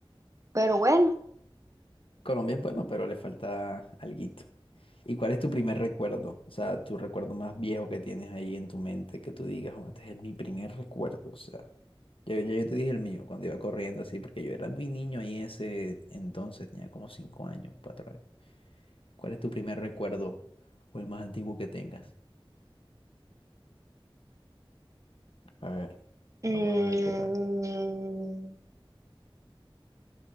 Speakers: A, on the right (about 35°); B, on the left (about 70°).
A: Pero bueno,
B: Colombia es bueno, pero le falta alguito. ¿Y cuál es tu primer recuerdo? O sea, tu recuerdo más viejo que tienes ahí en tu mente, que tú digas, "Oh, este es mi primer recuerdo. O sea, yo, yo, yo te dije el mío cuando iba corriendo así, porque yo era muy niño ahí en ese entonces, tenía como cinco años, cuatro años. ¿Cuál es tu primer recuerdo o el más antiguo que tengas? A ver,
A: mm,
B: vamos a ver qué tal.